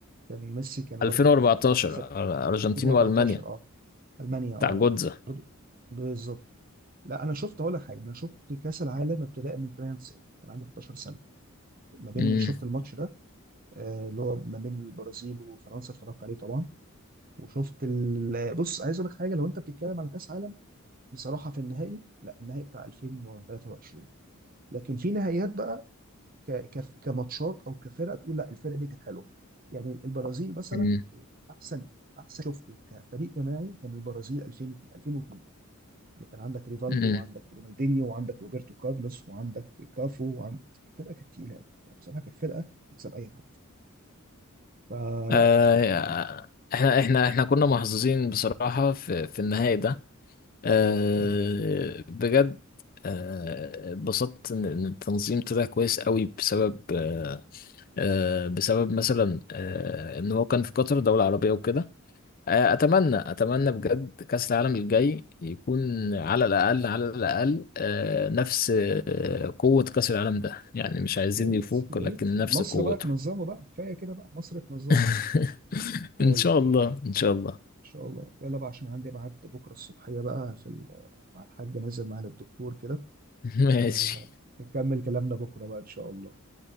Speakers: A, on the right; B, on the left.
A: كان ميسي كان
B: 2014
A: برضو كان خسر
B: ارجنتين
A: 2014
B: والمانيا
A: اه المانيا اه
B: بتاع جوتزا
A: برضو بالظبط لا انا شفت اقول لك حاجه انا شفت كاس العالم ابتداء من 98 كان عندي 11 سنه ما بين
B: امم
A: شفت الماتش ده آه، اللي هو ما بين البرازيل وفرنسا اتفرجت عليه طبعا وشفت ال... بص عايز اقول لك حاجه لو انت بتتكلم على كاس عالم بصراحه في النهائي لا النهائي بتاع 2023 لكن في نهائيات بقى ك... ك... كماتشات او كفرقه تقول لا الفرقه دي كانت حلوه يعني البرازيل مثلا
B: امم
A: احسن احسن شفته كفريق جماعي كان البرازيل 2000 2002 اللي كان عندك ريفالدو
B: امم
A: وعندك رونالدينيو وعندك روبرتو كارلوس وعندك كافو وعند الفرقه كانت تقيله قوي يعني بصراحه كانت فرقه تكسب اي حد فلا
B: آه
A: يعني
B: احنا احنا احنا كنا محظوظين بصراحة في في النهائي ده آه
A: مم.
B: بجد آه، اتبسطت ان إن التنظيم طلع كويس قوي بسبب آه آه بسبب مثلا آه ان هو كان في قطر دولة عربية وكده آه، اتمنى اتمنى بجد كاس العالم الجاي يكون على الاقل على الاقل آه، نفس آه، قوة كاس العالم ده يعني مش عايزين
A: يا ريت
B: يفوق
A: يا
B: لكن
A: ريت
B: نفس
A: مصر
B: قوته
A: بقى تنظمه بقى كفايه كده بقى مصر تنظمه
B: <laughs>
A: يلا
B: ان شاء الله ان شاء الله
A: ان شاء الله يلا بقى عشان عندي ميعاد بكره الصبحيه بقى في ال- مع الحاج نازل معانا الدكتور كده
B: <laughs> ماشي
A: فنكمل كلامنا بكره بقى ان شاء الله